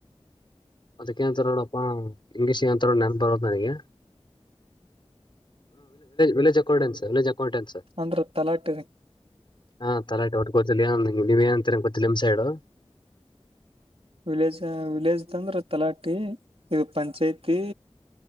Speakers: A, on the left; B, on the right.
A: ಅದಕ್ಕೆಂತಡ ಇಂಗ್ಲೀಷ್ಂತ ನೆನ್ ಬರದು ನನಗೆ್ ವಿಲೇಜ್ ಅೌನ್ರ್ ಲೋ್ ಅಕೌಂ ನ್ರ್
B: ಅಂದ್ರ ತಲಾಟಿರಿ
A: ಹಾ ತರಾಟಿ ಒಟ್ಟು ಗೊತ್ತಿಲ್ಲ ನೀವ ಏ ಅಂತ ಗೊತ್ತ ನಿಮ್ ಸೈಡು
B: ವಿಲೇಜ್ ವಿಲೇಜ್ ಅಂದ್ರೆ ತಲಾಟಿ ಈಗ ಪಂಚಾಯ್ತಿ